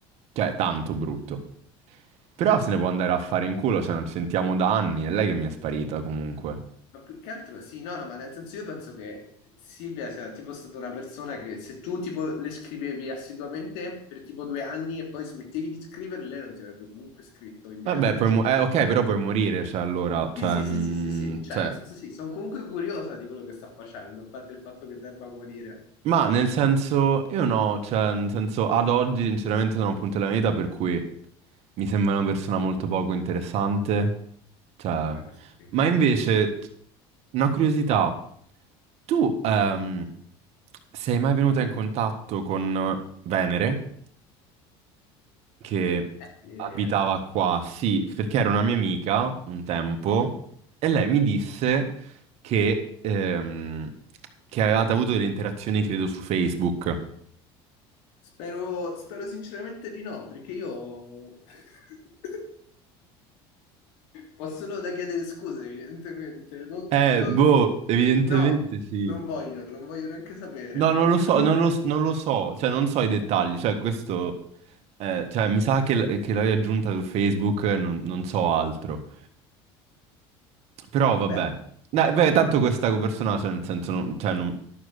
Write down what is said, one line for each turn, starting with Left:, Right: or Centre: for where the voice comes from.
Right: Cioè, tanto brutto. Però se ne può andare a fare in culo, cioè non ci sentiamo da anni. È lei che mi è sparita comunque.
Left: Ma più che altro sì, no, no, ma nel senso io penso che Silvia sia tipo stata una persona che se tu tipo le scrivevi assiduamente per tipo due anni e poi smettevi di scrivere, lei non ti avrebbe comunque scritto indietro.
Right: Vabbè, puoi
Left: cioè.
Right: mu- eh, ok, però puoi morire, se allora,
Left: Sì,
Right: cioè,
Left: sì,
Right: mm,
Left: sì, sì, sì, sì, cioè
Right: cioè,
Left: nel senso sì, sono comunque curiosa di quello che sta facendo, a parte il fatto che debba morire.
Right: Ma nel senso, io no, cioè, nel senso, ad oggi sinceramente sono a un punto della mia vita per cui mi sembra una persona molto poco interessante, cioè,
Left: Vabbè, questo sì.
Right: ma invece, una curiosità, tu ehm, sei mai venuta in contatto con Venere, che
Left: Venere?
Right: abitava qua? Sì, perché era una mia amica un tempo, e lei mi disse che, ehm, che avevate avuto delle interazioni, credo, su Facebook.
Left: Spero, spero sinceramente di no, perché io <laughs> posso solo da chiedere scuse, evidentemente. Non-
Right: Eh,
Left: non-
Right: boh, evidentemente
Left: No,
Right: sì.
Left: non voglio, non voglio neanche sapere,
Right: No,
Left: però.
Right: non lo so,
Left: <laughs>
Right: non lo, non lo so, cioè non so i dettagli, cioè questo, eh, cioè mi sa che, l- che l'avevi aggiunta su Facebook, eh, non, non so altro. Però vabbè,
Left: Beh,
Right: Dai, beh, tanto questa persona, cioè nel senso, non, cioè, non,